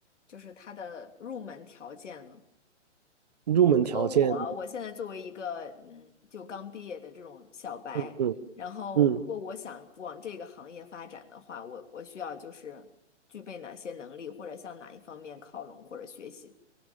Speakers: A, on the left; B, on the right.
A: 就是它的入门条件呢？
B: 入门条件，
A: 比如说我，我现在作为一个嗯，就刚毕业的这种小白，
B: 嗯
A: 然后如果我想往这个行业发展的话，
B: 嗯，
A: 我我需要就是具备哪些能力，或者向哪一方面靠拢或者学习？